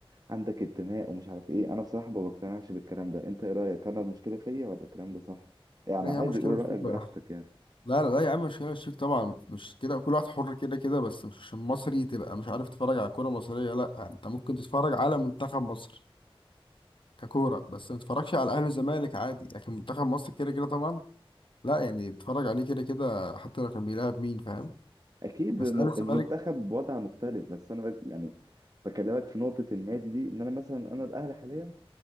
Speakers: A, on the right; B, on the left.
A: عندك انتماء ومش عارف ايه انا بصراحه ما بقتنعش بالكلام ده انت ايه رايك انا المشكله فيا ولا الكلام ده صح يعني
B: لا
A: عادي
B: يا عم مش
A: قول
B: كده
A: رايك
B: مش فيك
A: براحتك
B: بقى.
A: يعني
B: لا لا لا يا عم مش كده مش فيك طبعا مش كده كل واحد حر كده كده بس مش عشان مصري تبقى مش عارف تتفرج على كوره مصريه لا انت ممكن تتفرج على منتخب مصر ككوره بس ما تتفرجش على الاهلي والزمالك عادي لكن منتخب مصر كده كده طبعا لا يعني تتفرج عليه كده كده حتى لو كان بيلعب مين فاهم
A: اكيد
B: بس
A: الم-
B: الاهلي والزمالك
A: المنتخب بوضع مختلف بس انا بك يعني بكلمك في نقطه النادي دي ان انا مثلا انا الاهلي حاليا